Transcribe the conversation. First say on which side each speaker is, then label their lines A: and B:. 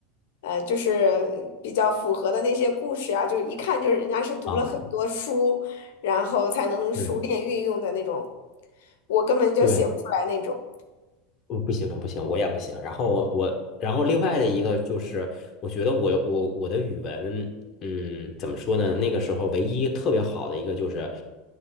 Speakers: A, on the left; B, on the left.
A: 呃，就是比较符合的那些故事呀，就是一看就是人家是读了很多书，
B: 啊，
A: 然后才能熟练运用的那种，
B: 是，
A: 我根本就写不出来那种。
B: 对。我不行不行，我也不行。然后我，然后另外的一个就是，我觉得我我我的语文，嗯，怎么说呢？那个时候唯一特别好的一个就是